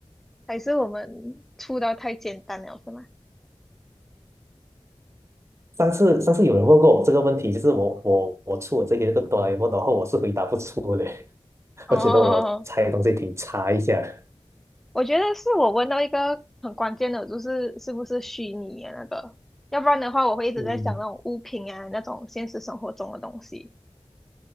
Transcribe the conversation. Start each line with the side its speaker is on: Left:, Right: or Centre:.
Centre: 还是我们出的太简单了，是吗？
Right: 上次上次有人问过我这个问题，就是我我我出我这个这个哆啦 A 梦，然后我是回答不出的，<laughs>
Centre: 哦，
Right: 我觉得我猜东西挺差一下。
Centre: 我觉得是我问到一个很关键的，就是是不是虚拟的那个，要不然的话，我会一直在想那种物品啊，
Right: 嗯，
Centre: 那种现实生活中的东西。